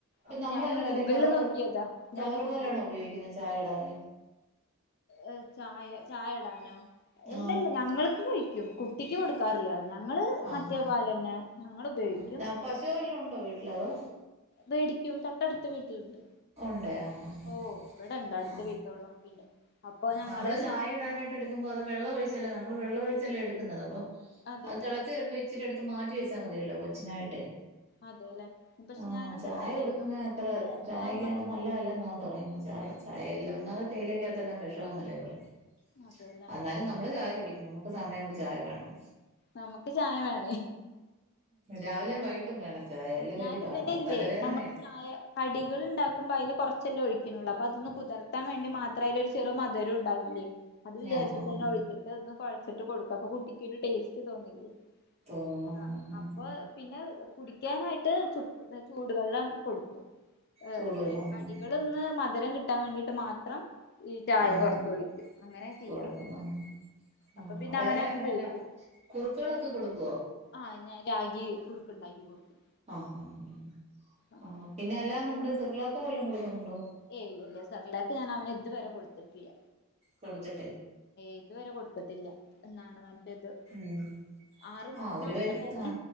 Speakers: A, on the left; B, on the right.
A: അപ്പൊ
B: നമ്മളന്നെ
A: ഞാന്
B: മറ്റേ
A: ഗൂഗിളില്
B: കവറ്
A: നോക്കിയതാ
B: കവറ്
A: ഞാന് ഗൂഗിളില്
B: പാലാണോ ഉപയോഗിക്കുന്നത്
A: നോക്ക
B: ചായ ഇടാന്
A: ഏ ചായ ചായ ഇടാനോ? ഇല്ല
B: ആഹ്
A: ഇല്ല ഞങ്ങള് കഴിക്കും കുട്ടിക്ക് കൊടുക്കാറില്ല. ഞങ്ങള്
B: ആഹ്
A: മറ്റേ പാലെന്നെ ഞങ്ങള് ഉപയോഗിക്കും.
B: ആഹ് ആഹ് പശു വല്ലോം ഉണ്ടോ വീട്ടില് അതോ
A: വേടിക്കും തൊട്ടടുത്ത വീട്ടിലുണ്ട്.
B: ഉണ്ട് ആഹ ഹ
A: ഓഹ് ഇവിടെണ്ട് അടുത്ത
B: ഹാ.
A: വീട്ടുകളിലൊക്കെണ്ട് അപ്പൊ ഞങ്ങള്
B: നമ്മള് ചായ ഇടാനായിട്ട് എടുക്കുമ്പോ അത് വെള്ളം ഒഴിച്ച നമ്മള് വെള്ളം ഒഴിച്ചല്ലേ എടുക്കുന്നത് അപ്പൊ
A: അതെ
B: അത് തിളച്ച് വരുമ്പോഴേ ച്ചിരി അടുത്ത് മാറ്റി വെച്ചാൽ മതിയല്ലോ കൊച്ചിനായിട്ടേ
A: അതെല്ലേ പക്ഷെ
B: ആഹ്
A: ഞാനെന്താ
B: ചായ
A: വെച്ചാലേ
B: കൊടുക്കുന്ന
A: നമ്മക്ക്
B: അത്ര ചായക്ക്
A: നമ്മൾ
B: നല്ലതല്ല എന്നാ പറയുന്നത് ചായ സയല്ലാം ഒന്നാമത് തേയിലക്ക ത്തെല്ലാം വെശമാന്നല്ലേ പറെന്നെ
A: അതെല്ലേ
B: എന്നാലും നമ്മള് ചായ കുടിക്കണം ഇപ്പ സമയം ആവുമ്പോ ചായ വേണം.
A: നമ്മുക്ക് ചായ വേണേ
B: രാവിലെയും വൈ ട്ടും വേണം. ചായ അല്ലേ
A: ഞാൻ
B: വലിയ പാടാ
A: ഇവനല്ലേ
B: തലവേദനയാ
A: നമ്മള് ചായ കടികൾണ്ടാക്കുമ്പോ അയ്ല് കൊറ ചെല്ല ഒഴിക്കുന്നുള്ളൂ അപ്പൊ അതൊന്ന് കുതിർത്താൻ വേണ്ടി മാത്രം ആയില് ഒരു ചെറു മധുരോം ഉണ്ടാവില്ലേ അത് വിചാരിച്ചിട്ട
B: ആ ഹാ ഹാ
A: ഞാൻ ഒഴിച്ചിട്ട് ഒന്ന് കുഴച്ചിട്ട് കൊടുക്കും അപ്പൊ കുട്ടിക്കൊരു ടേസ്റ്റ് തോന്നില്ലേ
B: തോന്നുന്നു
A: ആ ഹ്
B: ഹാ ഹാ
A: അപ്പൊ
B: ഹാ
A: പിന്നെ കുടി ക്കാനാ ട്ട് ചൂട് വെള്ളം കൊടുക്കും ഏ
B: ചൂടുവെള്ളം
A: ഈ
B: ആ
A: കടികൾ
B: ഹാ
A: ഒന്ന് മ മധുരം കിട്ടാൻ വേണ്ടിട്ട് മാത്രം ഈ ചായ
B: ആഹ്
A: കൊറച്ച്
B: ഹാ
A: ഒഴിക്കും അങ്ങനെ ചെയ്യാറ്
B: കൊടുക്കും ആ
A: അപ്പൊ പിന്നെ
B: ആ വേറെ
A: അവനങ്ങ്
B: വല്ല
A: കഴിക്കും
B: കുറുക്കുകളൊക്കെ കൊടുക്കുവോ
A: ആഹ് ഞാൻ റാഗി കുറക്കുണ്ടാക്കി കൊടുക്കും
B: ആഹ് ആഹ് ആഹ്
A: അങ്ങനെ
B: ആഹ് പിന്നെ അല്ലാതെ നമ്മ്ടെ സിർലാക്കോ വല്ലോ കൊടുക്കുന്നുണ്ടോ
A: ഏയ് ഇല്ലില്ല സെർലാക്ക് ഞാൻ അവന് ഇതുവരെ കൊടുത്ത്‌ ത്തിട്ടില്ല
B: കൊടുത്ത
A: ഇതുവരെ കൊടുത്തിട്ടില്ല എന്നാണ് മ ഇത്
B: ഉം
A: ആറ്
B: ആ ഒരു
A: മാസം
B: വയസ്സ്
A: വരെ
B: ആ